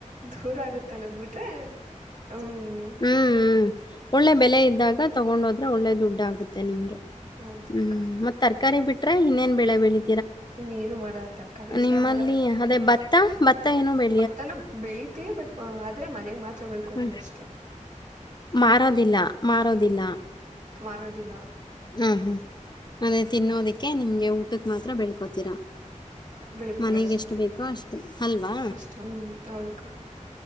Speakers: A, on the right; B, on the left.
A: ದೂರ ಆಗುತ್ತೆನ್ನೋದ್ ಬಿಟ್ರೆ ಹ್ಮ್.
B: ಹ್ಮ್ ಹ್ಮ್. ಒಳ್ಳೆ ಬೆಲೆ ಇದ್ದಾಗ ತಗೊಂಡೋದ್ರೆ ಒಳ್ಳೆ ದುಡ್ಡ ಆಗುತ್ತೆ. ಮ ನಿಮ್ಗೆ
A: ಹೌದು
B: ಹ್ಮ್
A: ಅಕ್ಕ
B: ಮತ್ತ ತಕಾರಿ ಬಿಟ್ರೆ ಇನ್ನೇನ್ ಬೆಳೆ ಬೆಳಿ
A: ಇನ್ನೇನು ಮಾಡಲ್ಲ ತರಕಾರಿ ಅಷ್ಟೇ
B: ನಿಮ್ಮಲ್ಲಿ
A: ಆಮೇಲೆ
B: ಅದೇ ಭತ್ತ ಭತ್ತ ಏನು ಬೆ
A: ತನ್ನ ಬೆಳೀತಿವಿ ಬಟ್ ಆದ್ರೆ ಮನೆಗ್ ಮಾತ್ರ ಬೆಳ್ಕೋತೀವಿ
B: ಹ್ಮ್
A: ಅಷ್ಟೇ.
B: ಮಾರೋದಿಲ್ಲ ಮಾರೋದ. ಅದಲ
A: ಮರೋದಿಲ್ಲ.
B: ಹ್ಮ್ ಹ್ಮ್ ನಾನೆ ತಿನ್ನೋದಿಕ್ಕೆ ನಿಮ್ಗೆ ಊಟಕ್ಕೆ. ಮಾತ್ರ ಬೆಳ್ಕೋತೀರಾ.
A: ಬೆಳ್ತೀವಿ
B: ಮನೆಗೆ
A: ಅಷ್ಟೇ
B: ಎಷ್ಟು ಬೇಕೋ ಅಷ್ಟು ಅಲ್ವಾ.
A: ಅಷ್ಟು ಹ್ಮ್ ಹೌದಕ್ಕ